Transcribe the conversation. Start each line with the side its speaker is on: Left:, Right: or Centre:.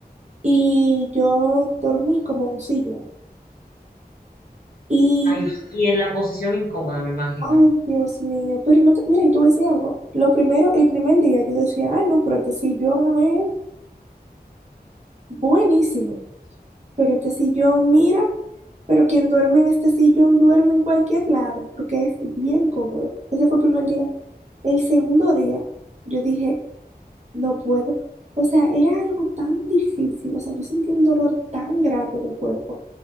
Right: y yo dormí como en un sillón. Y,
Left: Ay, y en la posición incómoda, me imagino.
Right: ay, Dios mío, pero no te, mira, yo te voy a decir algo. Lo primero, el primer día yo decía, ay, no, pero este sillón es buenísimo. Pero este sillón, mira, pero quien duerme en este sillón duerme en cualquier lado, porque es bien cómodo. Ese fue el primer día. El segundo día, yo dije, no puedo. O sea, era algo tan difícil. O sea, yo sentía un dolor tan grande de cuerpo.